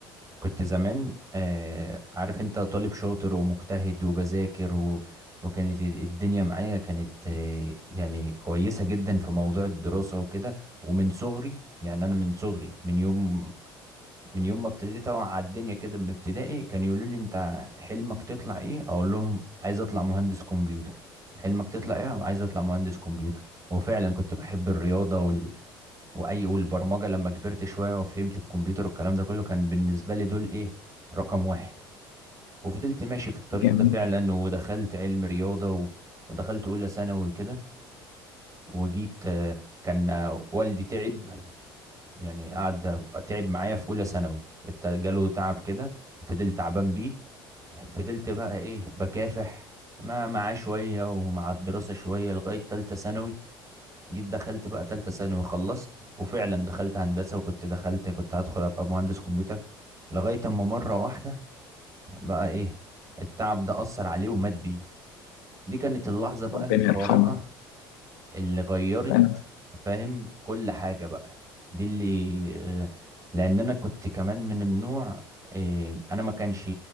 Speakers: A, on the right; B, on the left.
A: كنت زمان آه، عارف انت طالب شاطر ومجتهد وبذاكر و وكانت الدنيا معايا كانت آه، يعني كويسة جدا في موضوع الدراسة وكده ومن صغري يعني أنا من صغري من يوم من يوم ما ابتديت اوعى على الدنيا كده من ابتدائي كان يقولوا لي انت حلمك تطلع ايه اقول لهم عايز اطلع مهندس كمبيوتر حلمك تطلع ايه عايز اطلع مهندس كمبيوتر وفعلا كنت بحب الرياضه وال... واي والبرمجه لما كبرت شويه وفهمت الكمبيوتر والكلام ده كله كان بالنسبه لي دول ايه رقم واحد وفضلت ماشي في الطريق
B: جميل
A: ده فعلا ودخلت علم رياضه و... ودخلت اولى ثانوي وكده وجيت آه، كان آه، والدي تعب يعني قعد تعب معايا في اولى ثانوي ابتدى جاله تعب كده فضلت تعبان بيه فضلت بقى ايه بكافح ما معاه شويه ومع الدراسه شويه لغايه تالتة ثانوي جيت دخلت بقى تالتة ثانوي خلصت وفعلا دخلت هندسه وكنت دخلت كنت هدخل ابقى مهندس كمبيوتر لغايه اما مره واحده بقى ايه التعب ده اثر عليه ومات بيه دي كانت اللحظه بقى
B: ربنا
A: الفارقه
B: يرحمه
A: اللي غيرت
B: فعلا
A: فاهم كل حاجة بقى دي اللي آه، لأن أنا كنت كمان من النوع آه، أنا ما كانش